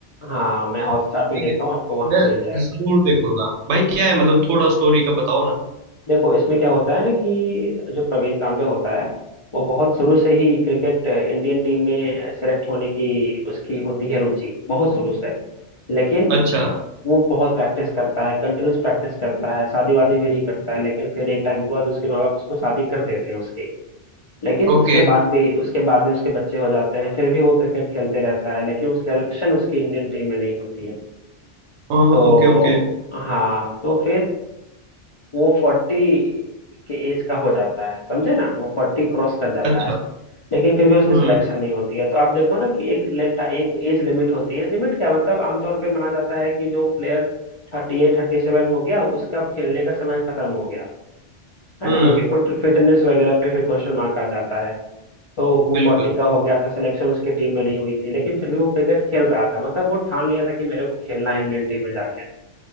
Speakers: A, on the left; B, on the right.
A: हाँ मैं हॉटस्टार
B: ठीक
A: पे देखा हूँ आपको वहां पे
B: मैं
A: मिल जाएगा
B: जरूर देखूंगा भाई क्या है मतलब थोड़ा स्टोरी का बताओ ना
A: देखो इसमें क्या होता है ना कि जो प्रवीण तांबे होता है वो बहुत शुरू से ही क्रिकेट इंडियन टीम में सेलेक्ट होने की उसकी होती है रुचि बहुत शुरू से लेकिन
B: अच्छा
A: वो बहुत प्रैक्टिस करता है कंटिन्यूस प्रैक्टिस करता है शादी वादी भी नहीं करता है लेकिन फिर एक टाइम के बाद उसके माँ बाप उसको शादी कर देते हैं उसकी लेकिन
B: ओके
A: उसके बाद भी उसके बाद भी उसके बच्चे हो जाते हैं फिर भी वो क्रिकेट खेलते रहता है लेकिन उस सिलेक्शन उसकी इंडियन टीम में नहीं होती है
B: हाँ
A: तो
B: ओके ओके
A: हाँ तो फिर वो फोर्टी के एज का हो जाता है समझे ना वो फोर्टी क्रॉस कर जाता
B: अच्छा
A: है लेकिन फिर भी उसकी
B: हम्म
A: सिलेक्शन नहीं होती है तो आप देखो ना कि एक लेट एक एज लिमिट होती है एज लिमिट क्या मतलब आमतौर पे माना जाता है कि जो player thirty eight thirty seven हो गया उसका अब खेलने का समय खत्म हो गया है
B: हम्म
A: ना क्योंकि फिटनेस वगैरह पे फिर क्वेश्चन मार्क आ जाता है तो वो
B: बिल्कुल
A: फोर्टी का हो गया था सिलेक्शन उसकी टीम में नहीं हुई थी लेकिन फिर भी वो क्रिकेट खेल रहा था मतलब वो ठान लिया था कि मेरे को खेलना है इंडियन टीम में जाके